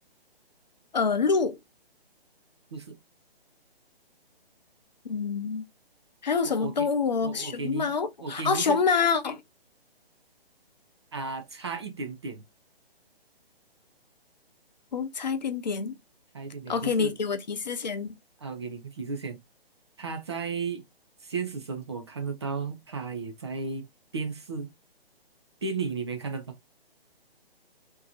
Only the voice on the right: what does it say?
不是？
我我给我我给你我给你一个
啊、差一点点，
差一点点就是
啊，我给你一个提示先，他在现实生活看得到，他也在电视电影里面看得到，